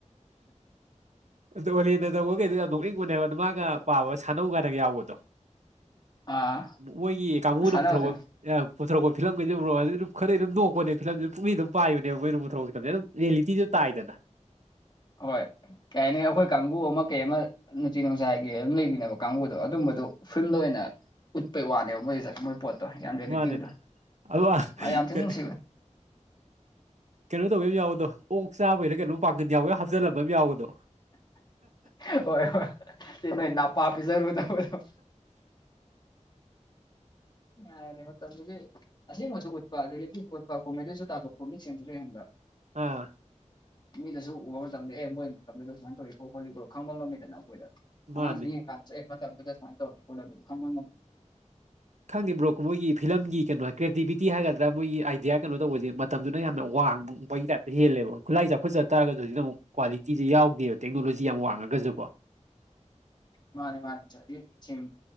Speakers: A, on the right; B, on the left.
A: ꯇꯣꯂꯤ ꯅꯗ ꯀꯩꯗ ꯅꯣꯛꯏꯪ ꯑꯣꯏꯅꯅꯦꯕ ꯑꯗꯨ ꯃꯥꯒ ꯄꯥꯕ ꯁꯥꯟꯅꯧ ꯀꯥꯏꯅꯒ ꯌꯥꯎꯕꯗꯣ
B: ꯑꯥ
A: ꯃꯣꯏꯒꯤ ꯀꯥꯡꯕꯨꯅ
B: ꯁꯥꯟꯅꯕꯗꯣ
A: ꯄꯨꯊꯣꯔꯣꯛꯄ ꯄꯨꯊꯣꯔꯛꯄ ꯐꯤꯂꯝꯒꯤꯩꯦꯛ ꯍꯥꯏꯗꯤ ꯑꯗꯨ ꯈꯔꯗꯤ ꯑꯗꯨꯝꯣꯛꯄꯅꯦ ꯐꯤꯂꯝꯁꯤ ꯄ ꯄꯨꯛ ꯑꯗꯨꯝꯥꯏꯕꯅꯦꯕ ꯃꯣꯏ ꯄ ꯄꯨꯊꯣꯛꯄ ꯐꯤꯂꯝꯦ ꯑꯗꯨꯝ ꯂꯩ ꯂꯤꯇꯤꯁꯨ ꯇꯥꯏꯗꯅ
B: ꯍꯣꯏ ꯀꯩ ꯍꯥꯏꯅꯤ ꯑꯩꯈꯣꯏ ꯀꯥꯡꯕꯨ ꯑꯃ ꯀꯩ ꯑꯃ ꯅꯨꯡꯇꯤ ꯅꯨꯡꯁꯥꯏꯒꯤ ꯑꯗꯨꯝ ꯂꯩꯕꯤꯅꯕ ꯀꯥꯡꯕꯨꯗꯣ ꯑꯗꯨꯝꯕ ꯃ ꯐꯤꯂꯝꯗ ꯑꯣꯏꯅ ꯎꯠꯄꯩ ꯋꯥꯅꯦꯕ ꯃꯣꯏꯁ ꯃꯣꯏ ꯄꯣꯠꯇꯣ ꯌꯥꯝ ꯔꯤꯂꯦꯇꯤꯞꯗꯣ
A: ꯃꯥꯅꯦ ꯑꯜ
B: ꯑꯩ ꯌꯥꯝ ꯊꯤꯅ
A: ꯀ
B: ꯅꯨꯡꯁꯤꯕꯅꯦ
A: ꯀꯩꯅꯣ ꯇꯧꯕꯤ ꯑꯃ ꯌꯥꯎꯕꯗꯣ ꯑꯣꯛ ꯆꯥꯕꯩꯅ ꯀꯩꯅꯣꯝ ꯄꯥꯡꯒꯟ ꯌꯥꯎꯕꯦ ꯍꯥꯞꯆꯤꯜꯂꯝꯕ ꯌꯥꯎꯕꯗꯣ
B: ꯍ ꯅ ꯅꯅꯥ ꯄꯄꯤ ꯁꯔꯗꯗ ꯌꯥꯔꯔꯦ ꯃꯇꯝꯗꯨꯗꯤ ꯑꯁꯦꯡꯕꯁꯨ ꯎꯠꯄ ꯑꯗꯨ ꯂꯤꯄꯤꯁꯨ ꯎꯠꯄꯄꯣꯝꯃꯦ ꯑꯗꯨꯁꯨ ꯇꯥꯒꯠꯄꯣꯝ ꯃꯤꯁꯤꯡꯁꯨ ꯂꯩ ꯍꯦꯟꯕ
A: ꯑꯥ
B: ꯃꯤꯗꯁꯨ ꯎꯕ ꯃꯇꯝꯗ ꯑꯦ ꯃꯣꯏ ꯃꯇꯝꯗ ꯁꯨꯥꯏꯅ ꯇꯧꯋꯣ ꯈꯣꯠꯂꯤꯀꯣ ꯈꯪꯕ ꯉꯝꯃꯤꯗꯅ ꯑꯩꯈꯣꯏꯗ ꯑ
A: ꯃꯥꯅꯦ
B: ꯁ ꯀꯥꯟꯃ ꯁꯥꯥꯟꯗ ꯀ
A: ꯈꯪꯉꯤꯕ꯭ꯔꯣ ꯃꯣꯏꯒꯤ ꯐꯤꯂꯝꯒꯤ ꯀꯩꯅꯣ ꯀ꯭ꯔꯤꯌꯦꯇꯤꯕꯤꯇꯤ ꯍꯥꯏꯒꯗ꯭ꯔꯥ ꯃꯣꯏꯒꯤ ꯑꯥꯏꯗꯤꯌꯥ ꯀꯩꯅꯣ ꯇꯧꯕꯁꯦ ꯃꯇꯝꯗꯨꯅ ꯌꯥꯝꯅ ꯋꯥꯡꯕꯄꯒꯤ ꯇꯥꯏꯞꯇ ꯍꯦꯜꯂꯦ ꯈꯨꯠꯂꯥꯏ ꯆꯥꯎꯈꯠ ꯆꯠ ꯇꯔꯒꯁꯨ ꯍꯧꯖꯤꯛ ꯑꯃꯨꯛ ꯀ꯭ꯋꯥꯂꯤꯇꯤꯤꯁꯦ ꯌꯥꯎꯗꯦꯕ ꯇꯦꯛꯅꯣꯂꯣꯖꯤ ꯌꯥꯝ ꯋꯥꯡꯉꯒꯁꯨꯀꯣ
B: ꯃꯥꯅꯦ ꯃꯥꯅꯦ ꯊꯤꯝ